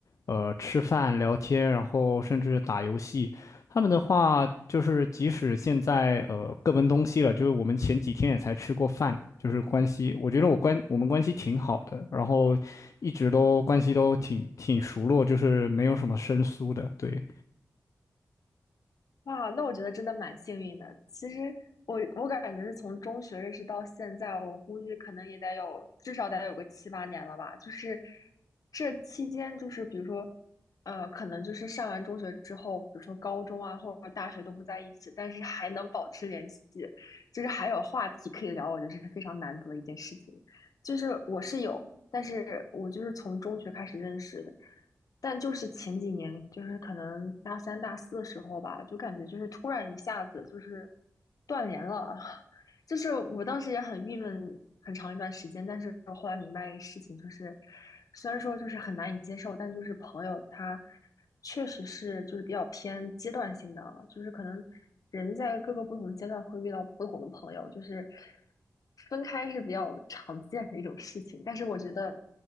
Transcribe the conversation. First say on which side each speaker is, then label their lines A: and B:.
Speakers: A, on the left; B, on the left.
A: 呃吃饭聊天，然后甚至打游戏。他们的话就是即使现在呃各奔东西了，就是我们前几天也才吃过饭，就是关系，我觉得我关我们关系挺好的，然后一直都关系都挺挺熟络，就是没有什么生疏的，对。
B: 哇，那我觉得真的蛮幸运的。其实我我感觉是从中学认识到现在，我估计可能也得有至少得有个七八年了吧。就是这期间，就是比如说，呃，可能就是上完中学之后，比如说高中啊或者大学都不在一起，但是还能保持联系，就是还有话题可以聊，我觉得是非常难得的一件事情。就是我是有，但是我就是从中学开始认识的，但就是前几年，就是可能大三、大四的时候吧，就感觉就是突然一下子就是断联了，<laughs> 就是我当时也很郁闷，很长一段时间，但是我后来明白一个事情，就是虽然说就是很难以接受，但就是朋友他确实是就是比较偏阶段性的，啊，就是可能人在各个不同的阶段会遇到不同的朋友，就是分开是比较常见的一种事情。但是我觉得